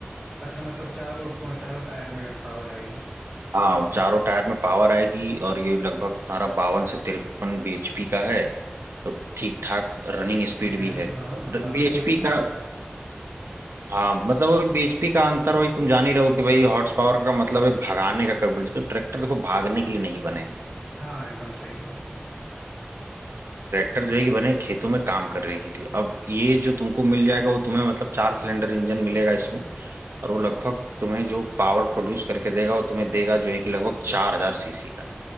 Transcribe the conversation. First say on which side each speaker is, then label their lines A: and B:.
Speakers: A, on the right (about 15°); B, on the right (about 85°).
A: अच्छा मतलब चारों चारों टायर में पावर आएगी
B: हाँ चारों टायर में पावर आएगी और ये लगभग तुम्हारा बावन से तिरपन bhp का है तो ठीक ठाक रनिंग स्पीड
A: नहीं
B: भी है
A: हाँ काफी
B: bhp
A: मजबूत
B: का
A: लग रहा
B: हाँ मतलब वो bhp का अंतर वही तुम जान ही रहो कि भाई हॉर्स पावर का मतलब है भगाने का कैपेबिलिटी तो ट्रैक्टर देखो भागने के लिए नहीं बने हैं।
A: है हाँ एकदम सही एकदम सही
B: ट्रैक्टर जो है कि बने हैं खेतों में काम करने के लिए अब ये जो तुमको मिल जाएगा वो तुम्हें मतलब चार सिलेंडर इंजन मिलेगा इसमें और वो लगभग तुम्हें जो पावर प्रोड्यूस करके देगा वो तुम्हें देगा जो है कि लगभग चार हजार सीसी का